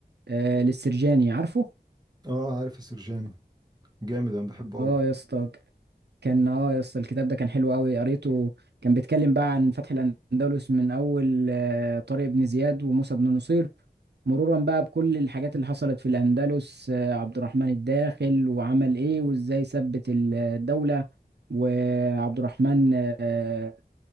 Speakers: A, on the right; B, on the right.
A: آه، للسرجاني عارفه
B: اه عارف السرجاني جامد انا بحبه قوي
A: اه يا اسطى كان اه يا اسطى الكتاب ده كان حلو قوي قريته كان بيتكلم بقى عن فتح الاندلس من اول آه، طارق بن زياد وموسى بن نصير مرورا بقى بكل الحاجات اللي حصلت في الاندلس آه، عبد الرحمن الداخل وعمل ايه وازاي ثبت ال- الدولة وعبد الرحمن آه،